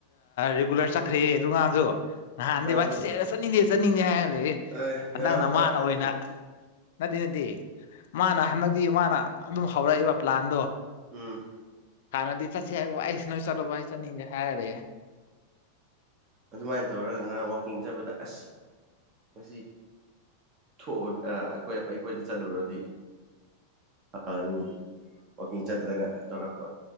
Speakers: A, on the left; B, on the right.
A: ꯔꯤꯒꯨꯂꯔ ꯆꯠꯈ꯭ꯔꯦ ꯑꯗꯨꯀꯥꯟꯁꯨꯣ ꯅꯍꯥꯟ ꯍꯥꯟꯗꯗꯤ
B: ꯃꯥꯗꯨ
A: ꯋꯥ ꯆꯠꯁꯦꯔ ꯆꯠꯅꯤꯡꯗꯦ ꯆꯠꯅꯤꯡꯗꯦ ꯍꯥꯏ ꯂꯩ
B: ꯑꯦ
A: ꯍꯟꯗꯛꯅ
B: ꯉꯔꯥꯡꯗꯣ ꯈꯔ
A: ꯃꯥꯅ
B: ꯄꯥꯏꯅꯤꯡꯉꯦ
A: ꯑꯣꯏꯅ ꯅꯠꯇꯦ ꯅꯠꯇꯦ ꯃꯥꯅ ꯍꯟꯗꯛꯇꯤ ꯃꯥꯅ ꯑꯗꯨꯝ ꯍꯧꯔꯛꯏꯕ ꯄ꯭ꯂꯥꯟꯗꯣ
B: ꯎꯝ
A: ꯀꯥꯟꯅꯗꯤ ꯆꯁꯦ ꯋꯥꯏꯁ ꯅ ꯆꯂ ꯆ ꯍꯥꯏꯔꯦ
B: ꯑꯗꯨꯃꯥꯏꯅ ꯇꯧꯔꯒ ꯉꯔꯥꯡ ꯋꯥꯛꯀꯤꯡ ꯆꯠꯄꯗ ꯑꯁ ꯉ ꯊꯣꯛꯎ ꯑꯩꯈꯣꯏ ꯑ ꯑꯩꯈꯣꯏꯗ ꯆꯠꯂꯨꯔꯗꯤ ꯑꯅꯤ ꯋꯥꯀꯤꯡ ꯆꯠꯇ꯭ꯔꯒ ꯇꯧꯔꯛꯄ